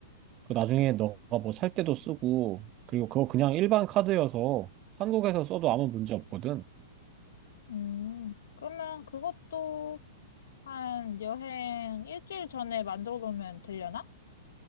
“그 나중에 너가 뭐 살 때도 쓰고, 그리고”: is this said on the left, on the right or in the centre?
Right